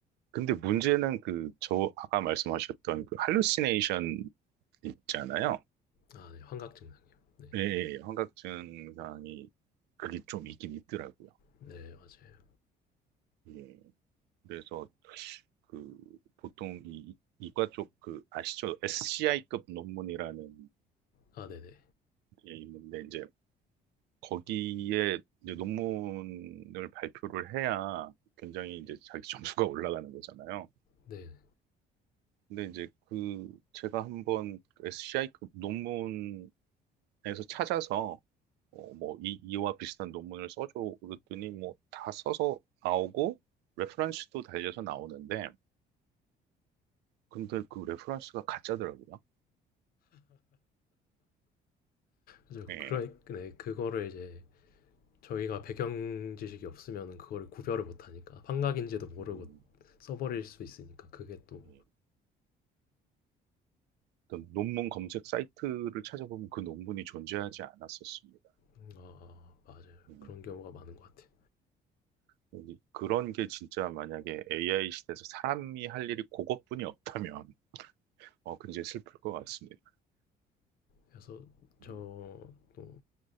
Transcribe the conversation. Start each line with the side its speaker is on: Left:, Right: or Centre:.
Right: 근데 문제는 그, 저, 아까 말씀하셨던 그, 할루시네이션 있잖아요.
Left: 아, 네. 환각 증상이요. 네.
Right: 예, 예, 환각 증상이, 그게 좀 있긴 있더라고요.
Left: 네, 맞아요.
Right: 예. 그래서, 그, 보통 이, 이과 쪽 그, 아시죠? SCI급 논문이라는
Left: 아, 네, 네.
Right: 게 있는데, 이제, 거기에 이제 논문을 발표를 해야 굉장히 이제 자기 점수가 올라가는 거잖아요.
Left: 네.
Right: 근데 이제 그 제가 한번 SCI급 논문에서 찾아서 어, 뭐 이, 이와 비슷한 논문을 써줘 그랬더니 뭐 다 써서 나오고 레퍼런스도 달려서 나오는데 근데 그 레퍼런스가 가짜더라고요.
Left: 그죠.
Right: 예.
Left: 그래, 네. 그거를 이제 저희가 배경 지식이 없으면 그거를 구별을 못 하니까 환각인지도 모르고
Right: 음,
Left: 써버릴 수 있으니까 그게 또
Right: 예. 어떤 논문 검색 사이트를 찾아보면 그 논문이 존재하지 않았었습니다.
Left: 음, 아, 맞아요.
Right: 음.
Left: 그런 경우가 많은 것 같아요.
Right: 근데 그런 게 진짜 만약에 AI 시대에서 사람이 할 일이 그것뿐이 없다면 어, 굉장히 슬플 것 같습니다.
Left: 그래서 저
Right: 음,
Left: 또